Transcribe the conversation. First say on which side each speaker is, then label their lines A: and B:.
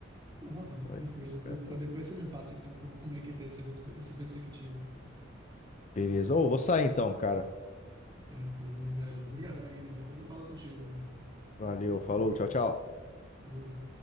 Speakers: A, on the right (about 20°); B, on the left (about 35°).
A: Pronto, não,
B: Olha
A: tranquilo.
B: que esse tá-
A: Depois, depois você me passa, então, como como é que tá essa, essa perspectiva.
B: Beleza. Ô, vou sair então, cara.
A: Tranquilo, meu velho. Obrigadão aí, velho. Depois eu falo contigo, velho.
B: Valeu, falou, tchau, tchau.
A: Falou.